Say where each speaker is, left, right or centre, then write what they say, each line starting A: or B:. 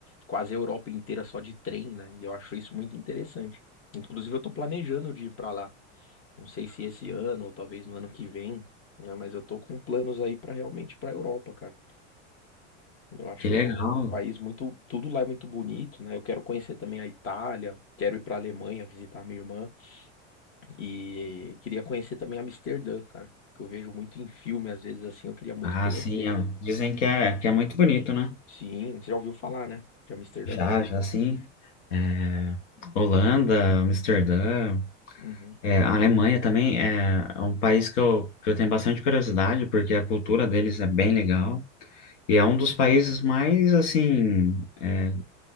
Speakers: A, on the left; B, on the left.
A: quase a Europa inteira só de trem, né? E eu acho isso muito interessante. Inclusive, eu tô planejando de ir pra lá. Não sei se esse ano ou talvez no ano que vem, né? Mas eu tô com planos aí pra realmente ir pra Europa, cara. Eu acho
B: que legal.
A: um país muito, tudo lá é muito bonito, né? Eu quero conhecer também a Itália, quero ir para a Alemanha visitar minha irmã e queria conhecer também Amsterdã, cara, porque eu vejo muito em filme, às vezes assim, eu queria muito
B: Ah,
A: conhecer.
B: sim, é- dizem que é, que é muito bonito, né?
A: Sim, você já ouviu falar, né? De Amsterdã.
B: Já, já, sim. É, Holanda, Amsterdã,
A: Uhum.
B: é, a Alemanha também é, é um país que eu, que eu tenho bastante curiosidade, porque a cultura deles é bem legal. E é um dos países mais, assim, é,